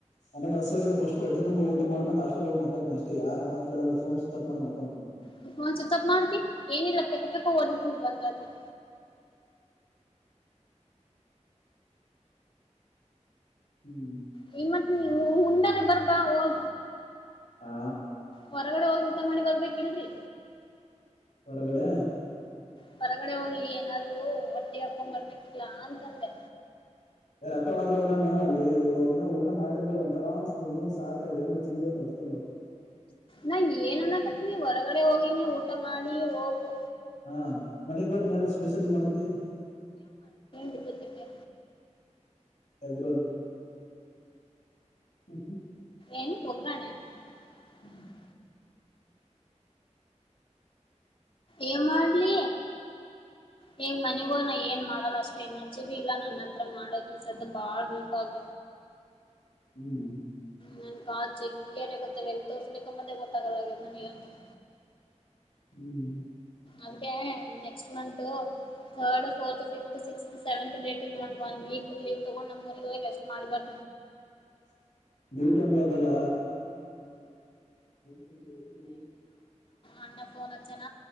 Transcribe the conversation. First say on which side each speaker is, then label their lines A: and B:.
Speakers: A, on the left (about 80°); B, on the left (about 45°).
A: ನನಗ್ ಹಸವಾಗಿದೆ ಫಸ್ಟ್ ಹೊಟ್ಟೆ ತುಂಬ ಊಟ ಮಾಡ್ಕೊಂಡ್ ಹಾಸ್ಟೆಲ್ ಹೋಗಿ ಮಕ್ಕೊಂತೀನಿ ಅಷ್ಟೇ ಯಾರ್ ಮಾತ್ ಕೇಳಲ್ಲ ಫೋನ್ ಸ್ವಿಚ್ ಆಫ್ ಮಾಡಿ ಮಕ್ಕೊಂತೀನಿ
B: ನೀ ಪೂನ ಸಿವಚಾಪ ಮಾಡುತ್ತಿ ಏನಿಲ್ಲ ಪೆಕ್ಕ ಪೆಕ್ಕ ಹೋದಿತನ್ ಬಂದ್ರ ಅ
A: ಹ್ಮ್
B: ನಿಮ್ಮತ್ ನೀ ಹುಂಡಾರ ಬರ್ಬ ಹೋಗ
A: ಹಾ
B: ಹೊರಗಡೆ ಹೋಗಿ ಊಟ ಮಾಡಿ ಬರ್ಬೇಕಿಲ್ ರೀ
A: ಹೊರಗಡೆ
B: ಹೂರ ಹೊರಗಡೆ ಹೋಗಿ ಏನಾದ್ರು ಒಟ್ಟಿಗೆ ಹಾಕೊಂಡ್ ಬರ್ಬೇಕು ಲ ಆನ್ ತಂದೆ
A: ರೊಕ್ಕವಾದ್ರುವಲ್ಲಾನ ಅಲ್ಲಿ ಇವಾಗಿನ ಊಟ ಮಾಡಿರ್ಲ ಒಂದಥರಾ ಅನಸ್ಥ ಉಂಡೂಂಡ ಸಾಕಿಗದ ಏನರು ತಿಂದೂತ್ತೀನಿ ಹೂಟ್ಟಿ ತುಂಬ
B: ನಾ ಏನ್ ಅನ್ನಕತ್ತೀನಿ ಹೊರಗಡೆ ಹೋಗಿನಿ ಊಟ ಮಾಡಿ ಹೋಗು
A: ಹಾ ಮನೆಗ್ ಬರತ್ತಿನ ಏನರ ಸ್ಪೆಷಲ್ ಮಾಡ್ತಿ
B: ಬದನಿಕಾಯ
A: ಎಗ್ಗ ರೋಲ ಹ್ಮ
B: ಏನು ಒಗ್ಗರಣ <unintelligible> ಏ ಮಾಡ್ಲಿ ಹಗ್ ಮನಿಗೋ ನ ಏನ್ ಮಾಡಲ್ಲ ಅಷ್ಟು ಎನರ್ಜಿ ಭ ಇಲ್ಲ ನನ್ನ ಹತ್ರ ಮಾಡಕ್ ಈಸದ್ದ ಬಾಳ್ ವೀಕ್ ಆಗ
A: ಹ್ಮ್
B: ನನ್ ಕಾಲ ಜಗ್ಗೆ ಅರಕತ್ತವ ಎಲ್ ತೋರ್ಸ್ಬೇಕ ಮತ್ತೆ ಗೊತ್ತಾಗಲ್ಲ ನನಗಂತರ
A: ಹ್ಮ್
B: ಅದಕ್ಕೆ next month third fourth fifth sixth seventh ಡೆಟಗ ಒನ್ನ ವೀಕ್ ಲೀವ್ ತಗೊಂಡ್ ನಮ್ಮ್ಗ ಹೋಗಿ ರೆಸ್ಟ್ ಮಾಡಿಬಾರ
A: ಹ್ಮ್ ಡ್ಯೂಟಿ ಒಂದು ಅದಲ್ಲ ಹ್ಮ ಹ್ಮ್ ಹ್ಮ್ <unintelligible>
B: ಅಣ್ಣ ಪೋನ್ ಹಚ್ಚಾನ